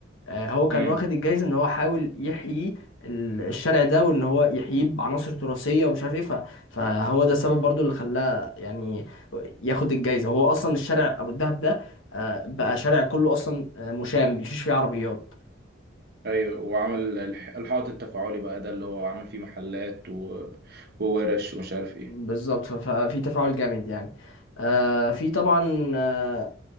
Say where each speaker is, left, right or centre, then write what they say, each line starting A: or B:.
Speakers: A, on the left; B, on the right.
A: آه هو كان
B: امم
A: واخد الجايزه ان هو حاول يحيي ال- الشارع ده وان هو يحييه بعناصر تراثيه ومش عارف ايه ف- فهو ده سبب برضو اللي خلاه يعني ياخد الجايزه هو اصلا الشارع ابو الدهب ده آه بقى شارع كله اصلا آه، مشام بيمشيش فيه عربيات
B: ايوه وعمل الح- الحائط التفاعلي بقى ده اللي هو عمل فيه محلات و... وورش ومش عارف ايه
A: بالظبط ف- ففي تفاعل جامد يعني آه في طبعا آه